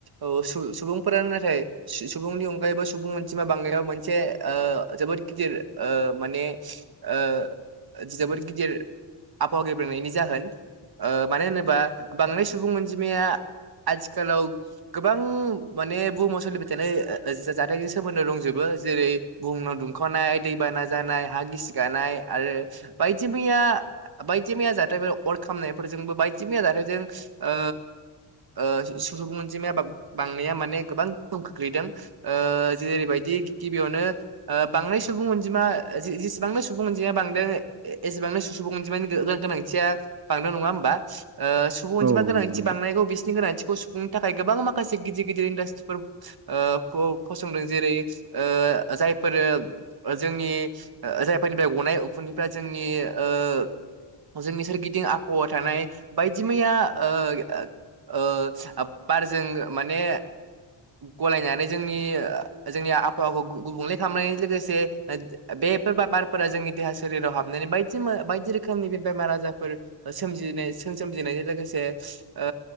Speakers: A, on the right (about 45°); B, on the right (about 30°).
A: ओ सु सुबुंफोरा नाथाय सु सुबुंनि अनगायैबो सुबुं अनजिमा बांनायाव मोनसे ओ जोबोद गिदिर ओ माने ओ जोबोर गिदिर आबहाव गेब्रेंनायनि जाहोन ओ मानो होनोबा बांद्राय सुबुं अनजिमाया आथिखालाव गोबां माने बुहुमाव सोलिबाय थानाय जाथाय सोमोन्दो दंजोबो जेरै बुहुमनां दुंखावनाय दैबाना जानाय हा गिसि गानाय। आरो बायदि मैया बायदि मैया जाथायफोर अर खामनायफोरजोंबो बायदि मैया जाथायजों ओ ओ सुबुं अनजिमाया बांनाया माने गोबां गोहोम खोख्लैदों ओ। जेरैबायदि गिबियावनो ओ बांनाय सुबुं अनजिमा जेसेबां सुबुं अनजिमाया बांदों एसेबांनो सुबुं अनजिमानि गोनांथिया बांदों नङा होमबा? ओ सुबुं अनजिमा
B: औ
A: गोनांथि
B: नंगौ नंगौ
A: बांनायखौ गोनांथिखौ सुुफुंनो थाखाय गोबां गिदिर गिदिर माखासे इनदास्ट्रि जेरै- ओ जायफोर जोंनि जायफोरनिफ्राय गनाय आखुदैफ्रा जोंनि ओ जोंनि सोरगिदिं आबहावा थानाय बायदि मैया ओ ओ बारजों माने गलायनानै जोंनि जोंनिया आबहावाखौ गुबुंले खालामनाय लोगोसे बेफोर बारफोरा जोंनि देहा सोलेराव हाबनानै बायदि बायदि रोखोमनि बे बेमार आजारफोर सोमजिनाय सोमजिनायजों लोगोसे ओ